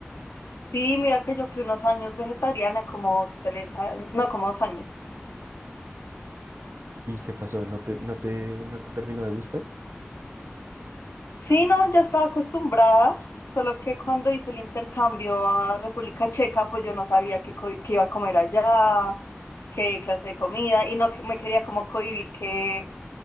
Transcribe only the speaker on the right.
¿Y qué pasó? ¿No te, no te, no te terminó de gustar?